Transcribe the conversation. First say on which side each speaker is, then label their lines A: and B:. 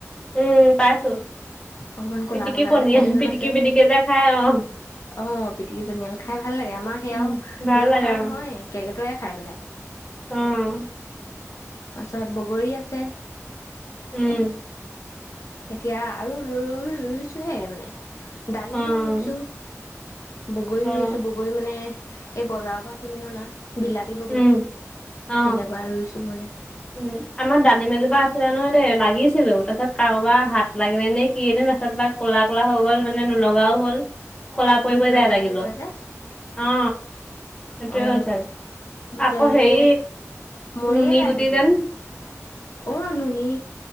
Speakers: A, on the left; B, on the left.
A: উম, পাইছোঁ,
B: অকমান ক'লা
A: পিটিকি
B: ক'লা
A: পনীয়ল,
B: যে পনিয়ল
A: পিটিকি-পিটিকি
B: আছে
A: যে খাই, অ'।
B: অ', পিটিকি পনিয়াল, খাই ভাল লাগে, আমাৰ সেয়াও
A: উম, ভাল
B: ইমান
A: লাগে
B: খোৱা
A: অ',
B: নহয়, কেৰ্কেটুৱাই খাই পেলাই।
A: উম।
B: তাৰপাছত বগৰী আছে।
A: উম,
B: এতিয়া আৰু ৰুইছোহে মানে। ডালিমো
A: অ',
B: ৰুইছোঁ। বগৰী
A: অ',
B: ৰুইছোঁ, বগৰী মানে, এই বজাৰৰ পৰা কিনি অনা। বিলাতি বগৰী,
A: উম, অ',
B: তেনেকুৱা ৰুইছো মানে।
A: উম, আমাৰ দালিম এজোপা আছিলে নহয় দেই, লাগিছিলেও, তাৰছত কাৰোবাৰ হাত লাগিলে নে কি নাচলো বা ক'লা-ক'লা হৈ গ'ল, মানে নলগাও হ'ল। ক'লা পৰি-পৰি
B: মুখ লগা
A: যাই লাগিলেও,
B: বুলি কয় যে
A: অ', সেইটোয়ে
B: অ
A: হ'ল চাগে।
B: মুখ
A: আকৌ
B: লাগিলে,
A: হেৰি
B: মৰিয়ে
A: নুনী
B: যায়
A: গুটি
B: গছজোপা,
A: যেন
B: অ', নুনী।